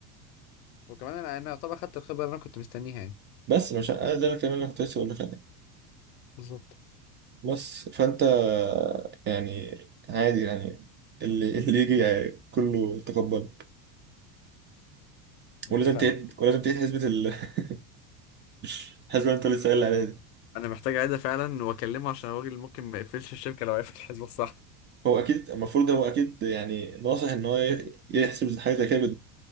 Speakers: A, on the left; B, on the right.
A: وكمان انا انا يعتبر خدت الخبره اللي انا كنت مستنيها يعني
B: بس مش أنا ده انا كمان اللي كنت لسه بقول لك عليه
A: بالظبط
B: بس فانت يعني عادي يعني اللي اللي يجي يعني كله تقبله
A: اتفقنا
B: ولازم تعيد ولازم تعيد حسبه ال... <laughs> الحسبه اللي انت لسه قايل عليها دي
A: انا محتاج اعيدها فعلا واكلمه عشان الراجل ممكن ما يقفلش الشركه لو عرف الحسبه الصح
B: هو اكيد المفروض هو اكيد يعني ناصح ان هو يحسب حاجه زي كده